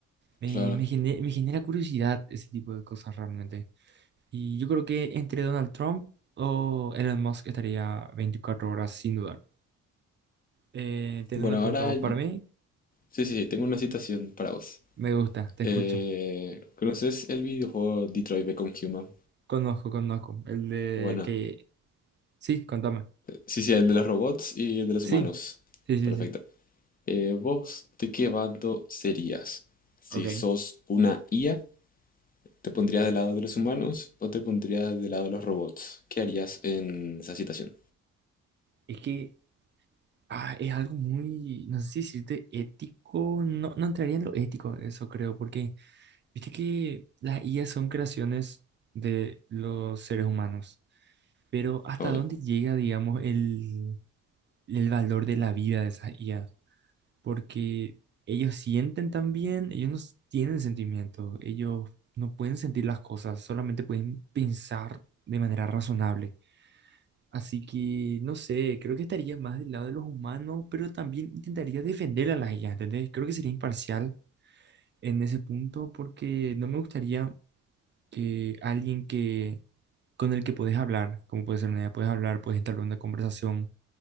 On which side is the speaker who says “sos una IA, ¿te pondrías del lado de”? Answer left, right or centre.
Left